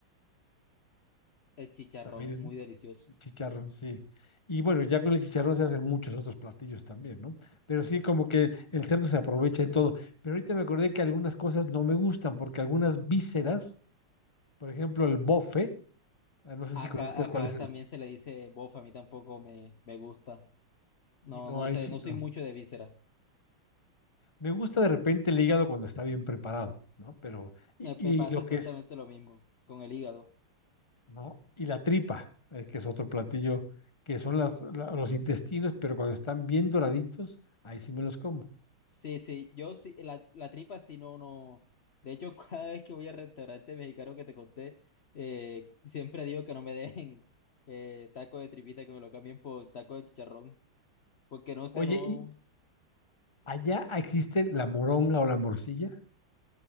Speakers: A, on the left; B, on the left.
A: El chicharrón
B: también es
A: es muy delicioso.
B: Chicharrón, sí. Y bueno, ya con el chicharrón se hacen muchos otros platillos también, ¿no? Pero sí, como que el cerdo se aprovecha en todo. Pero ahorita me acordé que algunas cosas no me gustan, porque algunas vísceras, por ejemplo, el bofe, ah, no sé
A: Acá,
B: si conozcas
A: acá
B: cuál es el.
A: también se le dice bofa, a mí tampoco me, me gusta.
B: Sí,
A: No,
B: no,
A: no
B: ahí
A: sé,
B: sí
A: no soy
B: no.
A: mucho de víscera.
B: Me gusta de repente el hígado cuando está bien preparado, ¿no? Pero, y,
A: Me,
B: y
A: me pasa
B: lo
A: exactamente
B: que es,
A: lo mismo con el hígado.
B: ¿no? Y la tripa, eh, que es otro platillo, que son las, la- los intestinos, pero cuando están bien doraditos, ahí sí me los como.
A: Sí, sí, yo sí, la, la tripa sí, no, no. De hecho, <laughs> cada vez que voy al restaurante mexicano que te conté, eh, siempre digo que no me dejen <laughs> eh, taco de tripita, que me lo cambien por taco de chicharrón, porque no sé,
B: Oye,
A: no,
B: y, Allá existe la moronga o la morcilla,